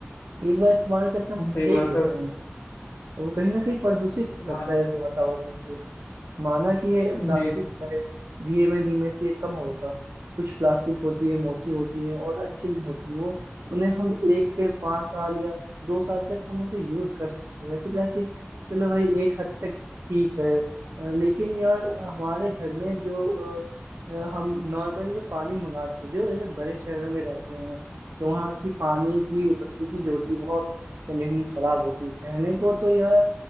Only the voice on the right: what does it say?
एक बार इस्तेमाल करके हम उसे
फेंक देते
हैं तो वो कहीं ना कहीं प्रदूषित करता
है इस वातावरण को माना कि ये
प्लास्टिक है धीमे धीमे से ये कम होगा कुछ प्लास्टिक होती है मोटी होती है और अच्छी होती है वो उन्हें हम एक के पाँच साल या दो साल तक हम उसे यूज कर सकते हैं वैसे प्लास्टिक चलो भाई एक हद तक ठीक है अ, लेकिन यार हमारे घर में जो अ, अ, हम नॉर्मली जो पानी मंगाते हैं जो जैसे बड़े शहरों में रहते हैं तो वहाँ की पानी की उपस्थिति जो होती है बहुत कंडीशन खराब होती है कहने को तो यार